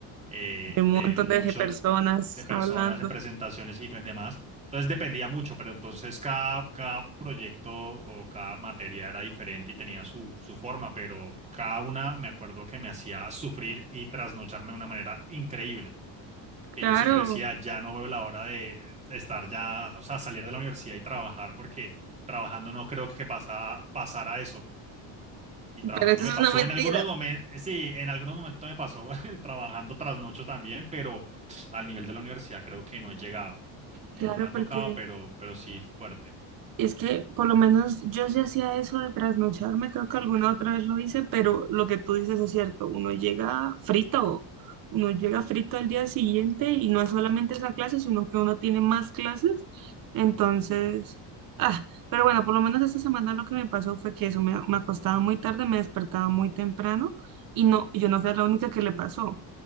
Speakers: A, on the right; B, on the right.
A: eh,
B: De
A: de
B: un montón
A: muchos,
B: de personas
A: de personas
B: hablando.
A: en presentaciones y demás. Entonces dependía mucho, pero entonces cada, cada proyecto o cada materia era diferente y tenía su, su forma, pero cada una me acuerdo que me hacía sufrir y trasnocharme de una manera increíble. Que
B: Claro,
A: yo siempre decía, ya no veo la hora de estar ya, o sea, salir de la universidad y trabajar, porque trabajando no creo que pasa, pasara eso. Y trabajando
B: Pero eso
A: me
B: es
A: pasó
B: una mentira.
A: en algunos momentos, sí, en algunos momentos me pasó <laughs> trabajando trasnocho también, pero al nivel de la universidad creo que no he llegado. No
B: claro,
A: me ha
B: porque
A: tocado, pero, pero sí fuerte.
B: Y es que por lo menos yo sí hacía eso de trasnocharme, creo que alguna otra vez lo hice, pero lo que tú dices es cierto, uno llega frito, uno llega frito al día siguiente y no es solamente esa clase, sino que uno tiene más clases, entonces, ah, pero bueno, por lo menos esta semana lo que me pasó fue que eso me, me acostaba muy tarde, me despertaba muy temprano y no, yo no fui la única que le pasó